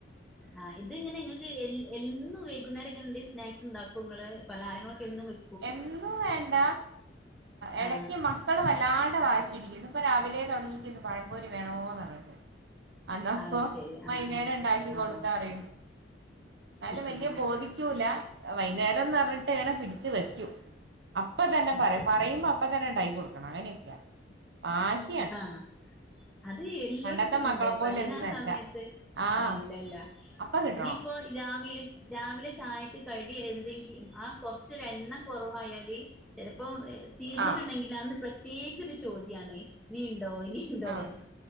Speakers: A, in the centre; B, on the right.
A: ആഹ് ഇത് ഇങ്ങനെ ഇങ്ങക്ക് എന്നും വൈകുന്നേരം ഇങ്ങനെ എന്തേ സ്നാക്സ് ഇണ്ടാകും ക്കും ഇങ്ങള് പലഹാരങ്ങളൊക്കെന്നും വി
B: എന്നും വേണ്ട എടക്ക്
A: ആ
B: മ മക്കള് വല്ലാണ്ട് വാശിപിടിക്കുന്ന് ഇന്ന് ഇപ്പൊ രാവിലേ തുടങ്ങിക്കിന്ന് പഴം പൊരി വേണോന്ന് പറഞ്ഞാടണ്ട് അന്നപ്പൊ
A: അത് ശരി
B: വൈന്നേരം
A: ആ ആ
B: ഇണ്ടാക്കി
A: ആ
B: കൊടുക്കാറിയും ഇന്നാലും വല്യ
A: ആ
B: ബോധിക്കൂല വൈന്നേരംന്ന് പറഞ്ഞിട്ട് ഇങ്ങനെ പിടിച്ച് വെക്കും അപ്പ തന്നെ
A: അത്
B: പറയും
A: ശരി
B: പറയുമ്പോ
A: ഉം.
B: അപ്പ തന്നെ ഇണ്ടാക്കി കൊടുക്കണം അങ്ങനെയൊക്കെയാ വാശി
A: ആഹ് അത് എല്ലോട്ത്തുണ്ട്
B: പണ്ടത്തെ മക്കളെ പോലെ
A: പറയിണാ
B: ഒന്നല്ല
A: സമയത്ത്
B: ആഹ്
A: അല്ലല്ല
B: അപ്പ കിട്ടണോ
A: ഇനി ഇപ്പോ ഈ രാവിലെ രാവിലെ ചായക്ക് കടി എന്തെങ്കിലും ആ കുറച്ചൊര് എണ്ണം കുറവായാൽ ചിലപ്പോ തീർന്നിട്ടുണ്ടെങ്കിലോ
B: ആഹ്
A: അന്ന് പ്രത്യേക ഒരു ചോദ്യാണ് ഇനി ഉണ്ടോ ഇനി ഇണ്ടോന്ന്
B: ആഹ്